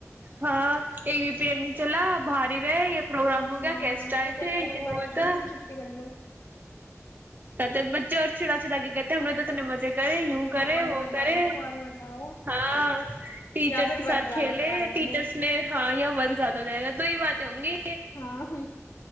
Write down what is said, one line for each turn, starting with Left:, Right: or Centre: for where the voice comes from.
Right: ہاں ای بھی پیریڈ چلا باری ر پروگرام
Left: ہاں
Right: ہو گیا
Left: ہاں
Right: گیسٹ آئے
Left: کچھ
Right: تھے
Left: ای-
Right: یو
Left: ایسی بات
Right: ہو
Left: ہوتی
Right: تھا
Left: ہے جن چھٹی کر لو
Right: ہتے بچے اور چھڑا چھا گے کہتے انوں تو ن مزے کرے یوں
Left: ہاں
Right: کرے
Left: اور
Right: وہ
Left: بتاؤ
Right: کرے
Left: تو اور بتاؤ
Right: ہاں ٹیچرس
Left: یا پھر
Right: کے
Left: ورک
Right: ساتھ
Left: زیادہ
Right: کھیلے
Left: کرا دیں
Right: ٹیچرس
Left: گے
Right: نے ہاں یہ ورک زیادہ ہو جائے گا تو ہی بات تووں گے
Left: ہاں ہ